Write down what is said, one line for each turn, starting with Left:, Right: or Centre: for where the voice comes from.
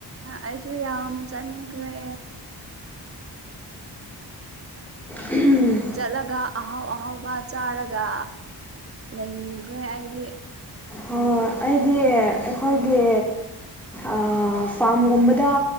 Right: ꯑꯩꯁꯨ ꯌꯥꯝ ꯆꯥꯅꯤꯡꯈ꯭ꯔꯦ
Centre: ꯎꯝ
Right: ꯆꯠꯂꯒ ꯑꯍꯥꯎ ꯑꯍꯥꯎꯕ ꯆꯥꯔꯒ ꯂꯩꯅꯤꯡꯈ꯭ꯔꯦ ꯑꯩꯗꯤ
Centre: ꯑꯣ ꯑꯩꯗꯤ ꯑꯩꯈꯣꯏꯒꯤ ꯑ ꯐꯥꯝꯒꯝꯕꯗ